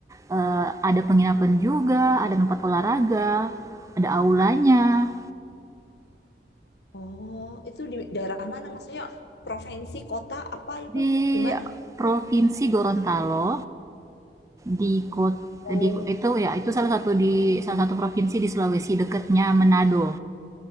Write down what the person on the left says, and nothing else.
oh, itu di daerah mana? Maksudnya provinsi, kota apa itu?
Di mana?
Oh.